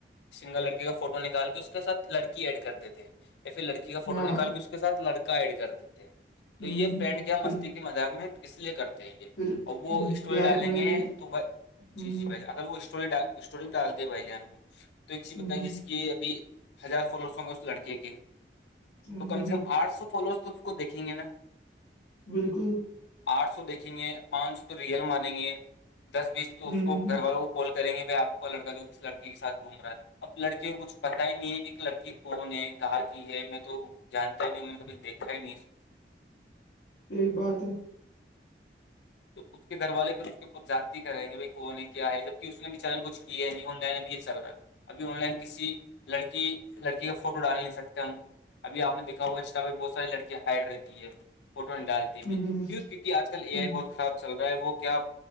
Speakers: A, on the left; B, on the left.
A: سنگل لڑکی کا فوٹو نکال کے اس کے سھ لڑکی ایڈ کرتےے یا پھر لڑکی کا فوٹو
B: ہاں
A: نکال کے اس کے ساتھ لڑکا ایڈ کرتے تھ ہیں
B: ہوں
A: تو یہ
B: ہوں
A: فرینڈ
B: ہوں
A: کیا
B: پھر
A: مستی کے مذاق میں اس لیے کرتے ہیں یہ
B: پھر
A: اور وہ اسٹوری
B: بلیک
A: ڈالیں
B: میل
A: گے
B: ہوں
A: تو جی
B: ہوں
A: جی بھائی اگر وہ اسٹوری ڈ اسٹوری ڈال د بھائی جان کو تو ایک چیز
B: ہوں
A: بتائی جس کی ابھی ہزار فالوورس ہوں گے اس لڑکے کے
B: ہوں
A: تو
B: ہوں
A: کم سے
B: ہوں.
A: کم آٹھ سو فالورس تو اس کو دیکھیں گے نا
B: بالکل
A: آٹھ سو دیکھیں گے پانچ سو تو ریئل مانیں گے دس بیس
B: ہوں
A: تو اس کو
B: ہوں ہوں
A: گھر والوں کال کریں گے بھائی آپ کا لڑکا جو کس لڑکی کےاتھ گھوم رہا ہے تھا اب لڑکی کو کچھ پتا ہی نہیں ایک لڑکی کووں نے کہا کہ ہے میں تو جانتا ہی نہیں ہوں میں نے کبھی دیکھا ہی نہیں
B: پ پاتر <unintelligible>
A: تو اس کے گھر والے پھر <unintelligible> <unintelligible> ک جاتی کریں گے بائی کون ہے کیا ہے جبک اس نے بھی چرن کچ کیا ہے نہیں ہوا ہے نب یہ چلن ابھی آن لائن کسی لڑکی لڑکی کا فوٹو ڈال نہیں سکتے ہم ابھی آپ دیککھا ہوا اسٹرا پہ بہت ساری لڑکی ہائٹ رہتی ہے فوٹو نہیں ڈال
B: ہوں
A: کیوں
B: ہوں ہوں
A: کیونکہ آج کل اے
B: ہوں
A: آئی بہت خراب چل رہا ہے وہ کیا